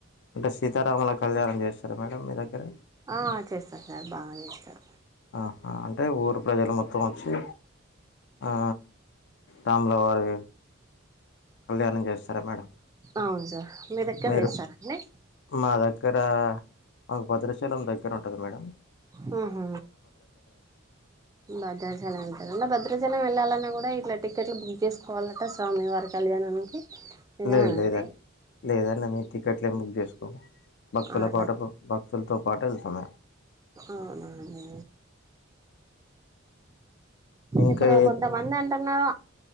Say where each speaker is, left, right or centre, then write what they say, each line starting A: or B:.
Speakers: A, on the left (about 60°); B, on the right (about 15°).
A: అంటే సీతారాముల కళ్యాణం చేస్తార మేడం మీ దగ్గర
B: ఆ చేస్తారు సార్ బాగా చేస్తారు
A: ఆహా అంటే ఊరు ప్రజలు మొత్తం వచ్చి ఆ రాముల వారు కళ్యాణం చేస్తారా మేడం
B: అవును సార్ మీ దగ్గర
A: మీరు
B: చేస్తారా అట్నే
A: మా దగ్గర మాకు భద్రాచలం దగ్గర ఉంటుంది మేడంమ్
B: హమ్ హు భద్రాచలం ఉంటదా భద్రాచలం వెళ్ళాలన్నా కూడా ఇట్లా టికెట్లు బుక్ చేసుకోవాలంట స్వామి వారి కళ్యాణానికి నిజమేనండి
A: లేదు లేదండి లేదండి మేము టికెట్లు ఏమి బుక్ చేసుకోము భక్తుల
B: అలా
A: పాటు భక్తులతో పాటు వెళ్తాం
B: అవున అండి
A: ఇంకా
B: ఇప్పుడు
A: ఏ
B: కొంతమంది అంటన్నారు